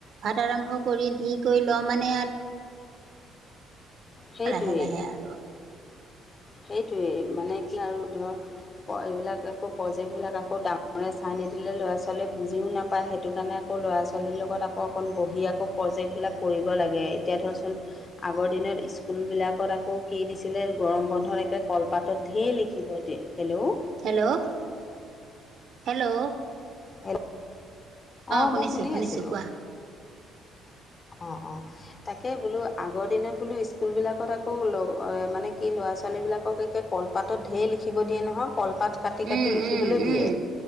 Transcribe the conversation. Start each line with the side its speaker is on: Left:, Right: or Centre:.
Right: ভাত আৰম্ভ কৰি দি কৰি লওঁ মানে আৰু
Left: সেইটোৱেই
Right: লাহে লাহে আৰু
Left: সেইটোৱেই মানে কিলা আৰু ধৰক অঁ এইবিলাক একৌ প্ৰজেক্টবিলাক আকৌ ডাঙৰে চাই নিদিলে ল'ৰা ছোৱালীয়ে বুজিও নাপায় সেইটো কাৰণে আকৌ ল'ৰা ছোৱালীৰ লগত আকৌ অকণ বহি আকৌ প্ৰজেক্টবিলাক কৰিব লাগে, এতিয়া ধৰচোন আগৰ দিনত স্কুলবিলাকত আকৌ কি দিছিলে গৰম বন্ধ। অৰেকে কলপাতত ঢেৰ লিখিব দিয় হেল্লো'!
Right: হেল্লো! হেল্লো! '
Left: হেল অ
Right: শুনিছোঁ
Left: মই শুনি
Right: শুনিছোঁ
Left: আছিলো।
Right: কোৱা
Left: অঁ অঁ তাকে বোলো আগৰ দিনত বোলো স্কুলবিলাকত আকৌ মানে কি ল'ৰা ছোৱালী বিলাককে কলপাতত ঢেৰ লিখিব দিয়ে নহয় কলপাত কাটি কাটি
Right: উম
Left: লিখিবলৈ
Right: উম উম
Left: দিয়ে